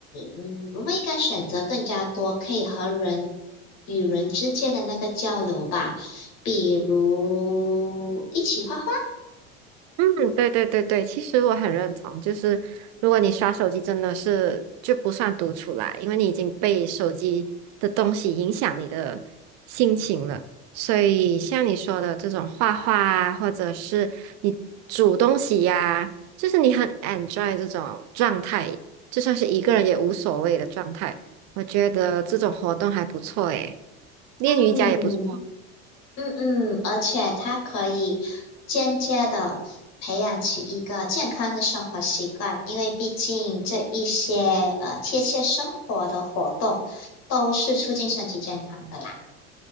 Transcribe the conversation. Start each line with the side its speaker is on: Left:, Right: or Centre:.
Left: 嗯，我们应该选择更加多可以和人与人之间的那个交流吧，比如一起画画。
Right: 嗯，对对对对，其实我很认同，就是如果你刷手机，真的是就不算独处啦，因为你已经被手机的东西影响你的心情了。所以像你说的这种画画啊，或者是你煮东西呀、就是你很 enjoy 这种状态，就算是一个人也无所谓的状态，我觉得这种活动还不错诶。练瑜伽也不错。
Left: 嗯嗯嗯，而且它可以间接的培养起一个健康的生活习惯，因为毕竟这一些呃贴切生活的活动都是促进身体健康的啦。